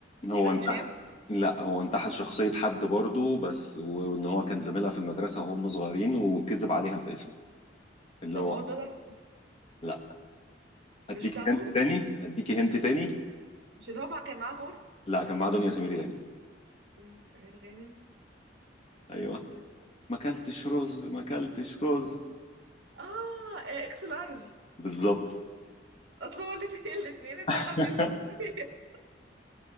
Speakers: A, on the left; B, on the right.
A: هو
B: زكي
A: انتحل
B: شان
A: لا هو انتحل شخصية حد برضو بس وان هو كان زميلها في المدرسة وهم صغيرين وكذب عليها في اسمه اللي
B: طب
A: هو
B: ما هو ده ظرف طارق
A: لا اديكي
B: مش بتاع نور
A: هنت تاني اديكي هنت تاني
B: مش اللي هو مع... كان معاه نور
A: لا كان معاه دنيا سمير غانم
B: دنيا سمير غانم
A: ايوه
B: دنيا...
A: ما اكلتش رز ما اكلتش رز
B: اه اكس لارج
A: بالظبط
B: اصل هو الاتنين الاتنين انتحل
A: <laughs>
B: فيهم شخصية